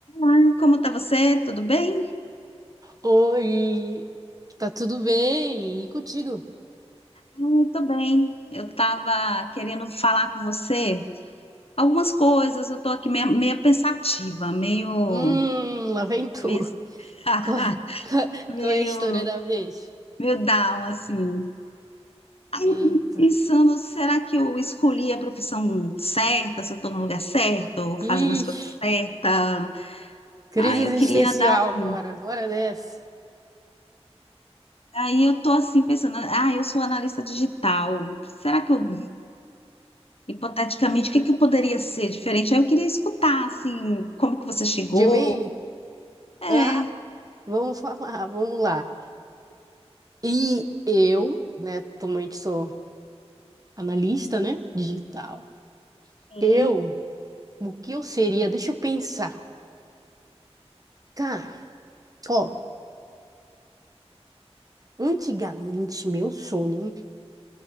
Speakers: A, on the left; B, on the right.
A: Ai, Como tá você? Tudo bem?
B: Oi, tá tudo bem? E contigo?
A: Ai, Tô bem. Eu estava querendo falar com você algumas coisas. Eu estou aqui meio, meio pensativa, meio,
B: Hum, lá vem tu.
A: meio,
B: <laughs>
A: <laughs>
B: Qual é,
A: meio,
B: qual é a história da vez?
A: meio down, assim. Aí eu
B: Eita.
A: fico pensando, será que eu escolhi a profissão certa? Se eu estou no lugar certo, fazendo
B: Ixi,
A: as coisas certas?
B: crise
A: Aí eu
B: existencial
A: queria dar um.
B: agora, bora dessa.
A: Aí eu estou assim pensando, ah, eu sou analista digital. Será que eu Hipoteticamente, o que que eu poderia ser diferente? Aí eu queria escutar, assim, como que você chegou.
B: De mim?
A: É,
B: Ah, vamos falar, vamos lá. E eu, né, atualmente sou analista, né, digital.
A: sim,
B: Eu, o que eu seria? Deixa eu pensar. Cara, ó, antigamente meu sonho